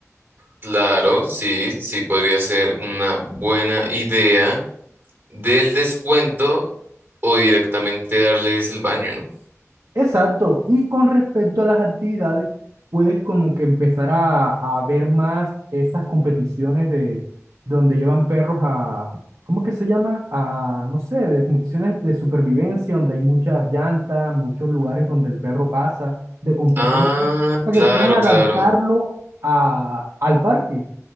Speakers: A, on the right; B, on the right.
A: Claro, sí, sí podría ser una buena idea del descuento o directamente darles el baño, ¿no?
B: Exacto. Y con respecto a las actividades, puedes como que empezar a, a ver más esas competiciones de donde llevan perros a, ¿cómo que se llama? A, no sé, de competiciones de supervivencia, donde hay muchas llantas, muchos lugares donde el perro pasa, de competencia,
A: Ah,
B: para
A: claro,
B: que puedas adaptarlo
A: claro.
B: a, al parque.